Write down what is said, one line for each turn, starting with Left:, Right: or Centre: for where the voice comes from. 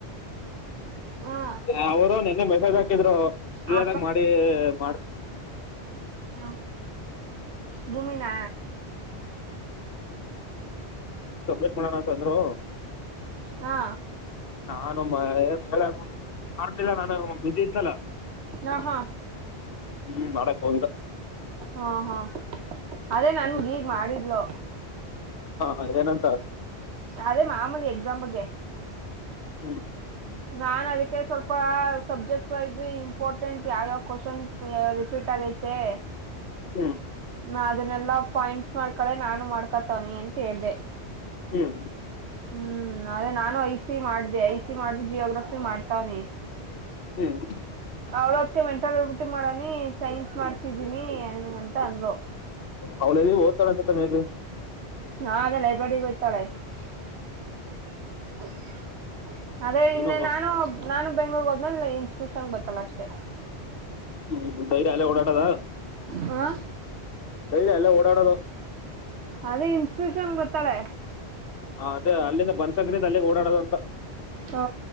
Right: ಹಾ
Left: <inaudible> ಅವರು ನಿನ್ನೆ ಮೆಸೇಜ್ ಹಾಕಿದ್ರು ಫ್ರೀ
Right: ಆ
Left: ಆದಾಗ ಮಾಡಿ ಮಾಡ
Right: ಹಲೋ ಭೂಮಿನಾ
Left: <inaudible> ಸಬ್ಮಿಟ್ ಮಾಡಣಂತಂದ್ರು
Right: ಹಾ
Left: ನಾನಮ್ಮ ಏನ್ ಹೇಳ <inaudible> ಮಾಡ್ತಿಲ್ಲ ನಾನು ಬಿಸಿ ಇದ್ನಲ್ಲ
Right: ಹಾ ಹಾ
Left: ಹ್ಮ್ ಮಾಡಕ್ ಹೋಗಿಲ್ಲ
Right: ಹಾ ಹಾ ಅದೇ ನನಗ್
Left: ಹ್ಮ್
Right: ಈಗ್ ಮಾಡಿದ್ಲು
Left: ಹಾ ಹ್ ಏನಂತಾಳ
Right: ಅದೇ ಮಾಮೂಲಿ ಎಕ್ಸಾಮಗೆ.
Left: <inaudible>
Right: ನಾನ್ ಅದಕ್ಕೆ ಸ್ವಲ್ಪ ಸಬ್ಜೆಕ್ಟ್ ವೈಸ್ ಇಂಪಾರ್ಟೆಂಟ್ ಯಾವ ಯಾವ ಕ್ವಶನ್ ರಿಪೀಟ್ ಆಗೈತಿ ಹೆ
Left: ಹ್ಞ
Right: ನಾ ಅದನ್ನೆಲ್ಲ ಪಾಯಿಂಟ್ಸ್ ಮಾಡ್ಕೊಳ್ಳೆ ನಾನು ಮಾಡ್ಕೊತವನಿ ಅಂತ ಹೇಳ್ದ.
Left: ಹ್ಮ್
Right: ಹ್ಮ್ ಅದೇ ನಾನು ಐ ಸಿ ಮಾಡ್ದ ಐ ಸಿ ಮಾಡ್ದಿ ಜಿಯೋಗ್ರಫಿ ಮಾಡ್ತವನಿ
Left: ಹ್ಮ್
Right: ಅವಳತ್ತೆ ಮೆಂಟಲ್ರ್ಬಿಟ್ಟಿ ಮಾಡನಿ ಸೈನ್ಸ್ ಮಾಡ್ತಿದ್ದೀನಿ ಅಂತ ಅಂದ್ಲು.
Left: ಅವಳ್ ಯಲ್ಲಿಗೆ ಓಗತಳ ಅಂತ ತಾನೆ ಇದು.
Right: ನಾ ಅದೇ ಲೈಬ್ರರಿ ಹೋಯ್ತಾಳೆ <inaudible> <inaudible> ಅದೇ ಇನ್ನೆ
Left: ಏನು
Right: ನಾನು ನಾನು ಬೆಂಗಳೂರ್ ಹೋದ್ಮೇಲೆ ಇನ್ ಟ್ಯೂಷನ್ ಬ ಗತ್ತಲ್ಲ ಅಷ್ಟೇ.
Left: ಹ್ಮ ಡೈರಿ ಅಲ್ಲೇ ಓಡಾಟದ.
Right: ಹಾ
Left: ಡೈಲಿ ಅಲ್ಲ ಓಡಾಡೋದು.
Right: ಅದೇ ಇನ್ಸ್ಟೂಷನ್ ಬತ್ತಾಳೆ.
Left: ಹ ಅದೇ ಅಲ್ಲಿಂದ ಬನ್ಸಕರಿದಿಂದ ಅಲ್ಲಿಗೆ ಓಡಾಡೋದು ಅಂತ
Right: ಹ